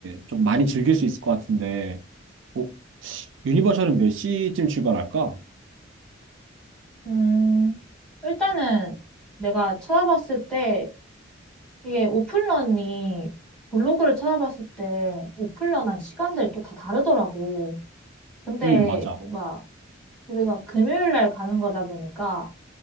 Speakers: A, on the right; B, in the centre.
A: 좀 많이 즐길 수 있을 것 같은데, 오- 유니버셜은 몇 시쯤 출발할까?
B: 음, 일단은 내가 찾아봤을 때 이게 오픈런이 블로그를 찾아봤을 때 오픈런한 시간들이 또 다 다르더라고. 근데
A: 응 맞아.
B: 뭔가 우리가 금요일 날 가는 거다 보니까